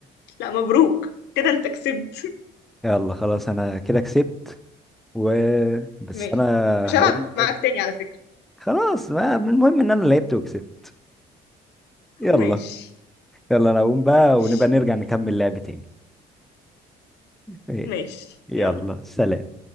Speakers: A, on the left; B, in the centre.
A: لا مبروك كده انت كسبت
B: يلا خلاص انا كده كسبت و
A: <laughs>
B: بس
A: ماشي
B: انا
A: مش هلعب
B: هقوم
A: معاك
B: بقى دلوقتي.
A: تاني على فكره
B: خلاص ما المهم ان انا لعبت وكسبت يلا
A: ماشي
B: يلا انا هقوم بقى
A: ماشي
B: ونبقى نرجع نكمل لعب تاني إيه،
A: ماشي
B: يلا
A: يلا
B: سلام